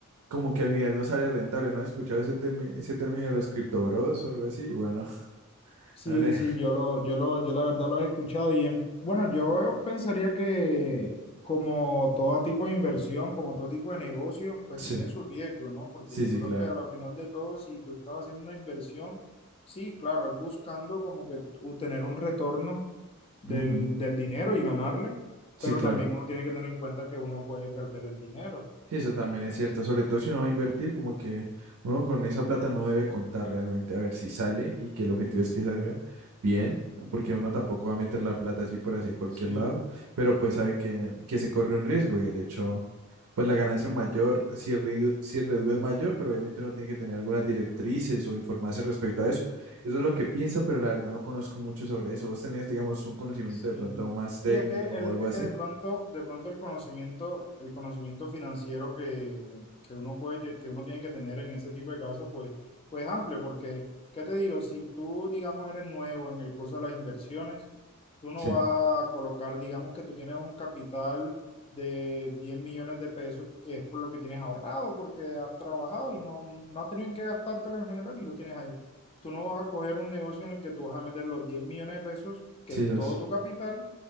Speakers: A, on the right; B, on the left.
A: como que al final no sale rentable, ¿no has escuchado ese, termi- ese término de los cripto bros o algo así? Bueno, <laughs>
B: Sí,
A: no sé.
B: sí, yo lo, yo lo, yo la verdad lo he escuchado y en- bueno, yo pensaría que como todo tipo de inversión, como todo tipo de negocio, pues
A: Sí,
B: tiene su riesgo, ¿no? Porque
A: sí,
B: yo
A: sí,
B: creo
A: claro.
B: que a la final de todo, si tú estás haciendo una inversión, sí, claro, es buscando como que obtener un retorno del,
A: Ujú,
B: del dinero y ganarle,
A: Sí,
B: pero
A: claro.
B: también uno tiene que tener en cuenta que uno puede perder el dinero.
A: Sí, eso también es cierto, sobre todo si uno va a invertir, como que uno con esa plata no debe contar realmente a ver si sale y que el objetivo es que salga bien, ¿no? porque uno tampoco va a meter la plata así por así en cualquier
B: Sí.
A: lado, pero pues sabe que, que se corre un riesgo y el hecho, pues la ganancia es mayor, si el, riesgo- si el riesgo es mayor, pero obviamente uno tiene que tener algunas directrices o informarse respecto a eso. Eso es lo que pienso, pero la verdad no conozco mucho sobre eso. ¿Vos tenés, digamos, un conocimiento
B: Sí.
A: de pronto más técnico
B: Y es que, el,
A: o algo
B: es
A: así?
B: que de pronto, de pronto el conocimiento, el conocimiento financiero que, que uno puede, te- que uno tiene que tener en ese tipo de casos, pues, pues es amplio, porque, ¿qué te digo? Si tú, digamos, eres nuevo en el curso de las inversiones, tú no
A: Sí,
B: vas a colocar, digamos que tú tienes un capital de 10 millones de pesos, que es por lo que tienes ahorrado, porque has trabajado y no, no has tenido en qué gastártelo en general y lo tienes ahí tú no vas a coger un negocio en el que tú vas a meter los 10 millones de pesos, que
A: sí,
B: es
A: eso
B: todo
A: es.
B: tu capital,